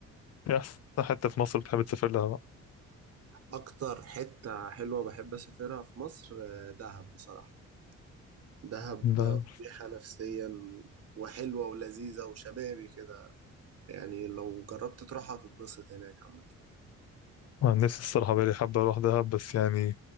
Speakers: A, on the left; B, on the right.
A: أحسن حتة في مصر بتحب تسافر لها
B: اكتر حته حلوه بحب اسافرها في مصر آه، دهب بصراحه دهب
A: بقى؟
B: آه، مريحه نفسيا وحلوه ولذيذه وشبابي كده يعني لو جربت تروحها هتتبسط هناك عامه
A: نفسي الصراحة بقالي حابة أروح دهب بس يعني